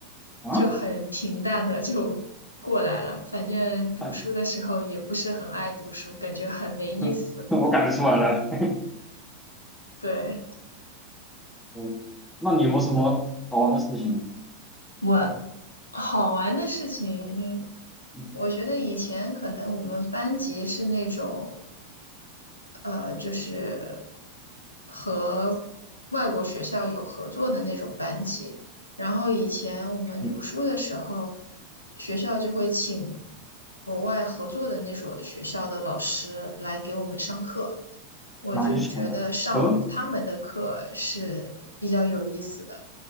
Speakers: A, in the centre; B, on the left.
A: 啊！
B: 就很平淡的就过来了。反正读书的时候也不是很爱读书，
A: <laughs> 哎
B: 感觉很没意思。
A: 哼我感觉出来了。
B: 对，
A: <laughs> 哦，那你有没有什么好玩的事情啊？
B: 我好玩的事情，嗯
A: 嗯
B: 我觉得以前可能我们班级是那种，呃，就是和外国学校有合作的那种班级。然后以前我们读书的时候，
A: 嗯，
B: 学校就会请国外合作的那所学校的老师来给我们上课，我就觉得上他们的课是比较有意思的，
A: 哪一所呀？和，